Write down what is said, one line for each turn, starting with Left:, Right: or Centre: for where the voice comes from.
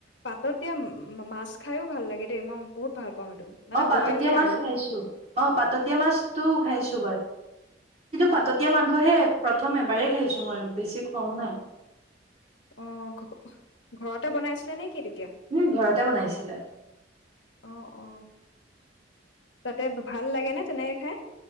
Left: পাতত দিয়া মাছ খাইও ভাল লাগে দেই মই বহুত ভাল পাওঁ এইটো মানে
Right: অ পাতত
Left: বইল
Right: দিয়া
Left: কে
Right: মাছ
Left: আৰু
Right: খাইছো অ পাতত দিয়া মাছতটো খাইছো
Left: অ
Right: পাতত দিয়া মাংস হে প্ৰথম এবাৰ খাইছো মই বেছি খোৱাও নাই
Left: অ ঘ ঘৰতে বনাইছিলে নে কিয়া
Right: উম ঘৰতে বনাইছিলে
Left: অ অ তাতে ভাল লাগে নে তেনে হে?